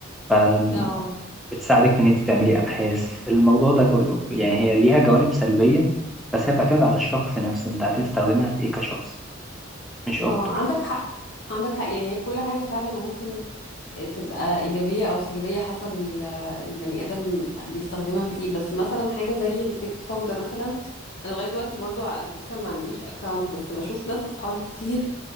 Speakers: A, in the centre; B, on the left.
A: أم،
B: اه
A: بتساعدك في إن أنت تعملي أبحاث الموضوع ده كله يعني هي ليها جوانب سلبية بس هي بتعتمد على الشخص نفسه أنت هتستخدمها في إيه كشخص مش
B: اه
A: أكتر
B: عندك حق عندك حق يعني هي كل حاجة فعلا ممكن آه، تبقى إيجابية أو سلبية حسب ال- البني آدم بيستخدمها في إيه بس مثلا حاجة زي التيك توك ده مثلا أنا لغاية دلوقتي برضو على فكرة ما عنديش أكاونت بس بشوف ناس أصحابي كتير